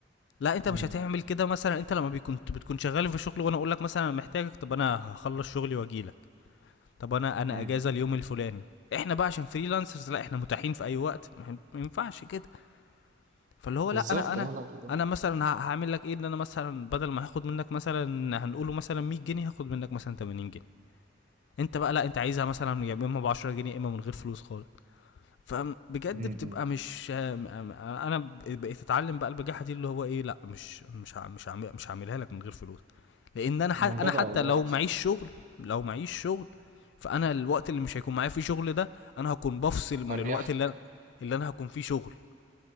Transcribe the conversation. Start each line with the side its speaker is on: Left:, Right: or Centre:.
Left: لا انت
Right: امم
Left: مش هتعمل كده مثلا انت لما بيكون بتكون شغال في شغل وانا اقول لك مثلا انا محتاجك طب انا هخلص شغلي واجيلك طب انا انا
Right: امم
Left: اجازه اليوم الفلاني احنا بقى عشان فريلانسرز لا احنا متاحين في اي وقت ما ما ينفعش كده فاللي هو
Right: بالظبط
Left: لا انا انا
Right: اه لا بالظبط
Left: انا مثلا ه- هعمل لك ايه ان انا مثلا بدل ما هاخد منك مثلا هنقوله مثلا 100 جنيه هاخد منك مثلا 80 جنيه انت بقى لا انت عايزها مثلا يا اما ب 10 جنيه يا اما من غير فلوس خالص فبجد
Right: امم
Left: بتبقى مش انا بقيت اتعلم بقى البجاحه دي اللي هو ايه لا مش مش ه- مش هعمل- مش هعملها لك من غير فلوس لان انا ح-
Right: أمم. جدع
Left: انا حتى
Right: والله
Left: لو
Right: أحسن
Left: معيش شغل لو معيش شغل فانا الوقت اللي مش هيكون معايا فيه شغل ده انا هكون بفصل من
Right: أريح
Left: الوقت اللي
Right: لك
Left: انا اللي انا هكون فيه شغل